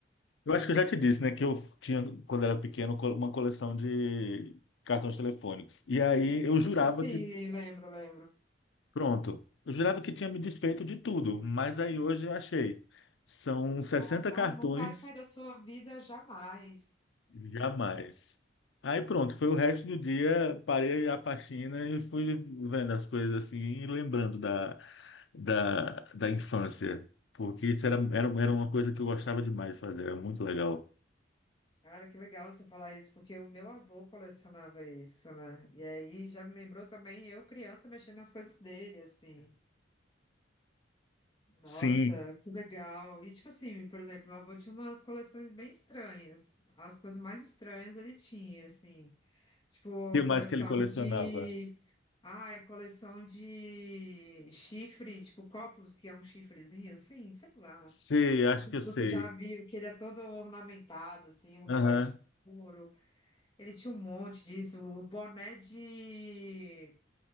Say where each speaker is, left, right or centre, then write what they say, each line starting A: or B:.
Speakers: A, on the left; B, on the left.
A: eu acho que eu já te disse, né, que eu tinha, quando era pequeno, co- uma coleção de cartões telefônicos. E aí eu
B: Acho
A: jurava
B: que sim,
A: que,
B: lembro, lembro.
A: pronto, eu jurava que tinha me desfeito de tudo, mas aí hoje eu achei. São 60
B: Caraca, não,
A: cartões,
B: não vai sair da sua vida jamais.
A: jamais. Aí pronto, foi o resto do dia, parei a faxina e fui vendo as coisas assim e lembrando da, da, da infância, porque isso era, era, era uma coisa que eu gostava demais de fazer, era muito legal.
B: Cara, que legal você falar isso, porque o meu avô colecionava isso, né? E aí já me lembrou também eu, criança, mexendo nas coisas dele, assim. Nossa,
A: Sim, o
B: que legal. E tipo assim, por exemplo, meu avô tinha umas coleções bem estranhas. As coisas mais estranhas ele tinha, assim. Tipo,
A: que mais
B: coleção
A: que ele colecionava?
B: de Ah, é coleção de chifre, tipo copos, que é um chifrezinho assim, sei lá.
A: Sei, acho
B: Não sei
A: que
B: se
A: eu sei.
B: você já viu, que ele é todo ornamentado, assim, um negócio
A: Aham.
B: de couro. Ele tinha um monte disso, o boné de,